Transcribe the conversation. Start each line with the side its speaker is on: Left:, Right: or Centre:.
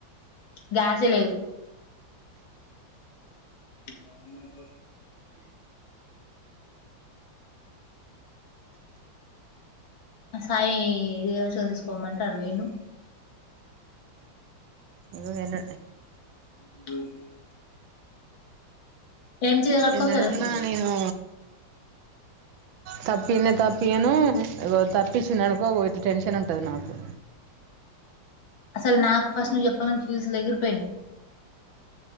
Left: గ్యాసే లేదు గాలి నా కొడకా సాయి వివాన్ష్ గాన్ని తీసుకోమంటే అటు వోయిండు
Right: ఇగో ఎన్న
Left: <inaudible> ఏం చీర కట్టుకొస్తావు
Right: ఎన్నడన్నా
Left: రేపు
Right: నేను తప్పియనే తప్పియను ఇగో తాప్పిచిననుకో గొ ఇట్ట టెన్షన్ ఉంటది నాకు
Left: అసలు నాకు ఫస్ట్ నువ్వు చెప్పగనే ఫ్యూస్ ల్ ఎగిరిపోయినాయి